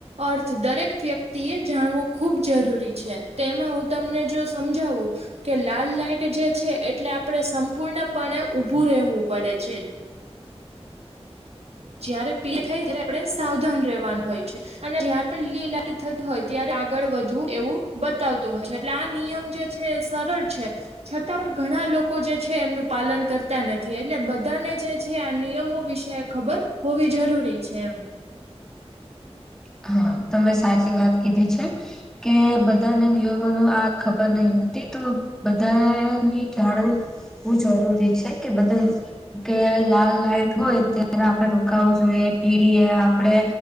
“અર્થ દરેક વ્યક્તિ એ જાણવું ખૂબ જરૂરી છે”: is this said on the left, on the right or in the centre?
Right